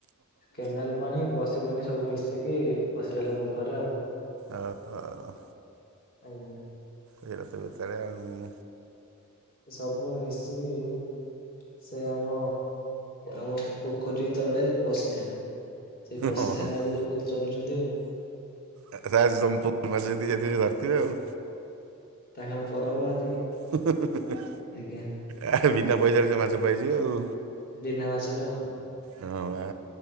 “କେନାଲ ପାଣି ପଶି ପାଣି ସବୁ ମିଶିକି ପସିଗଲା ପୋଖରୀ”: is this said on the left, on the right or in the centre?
Left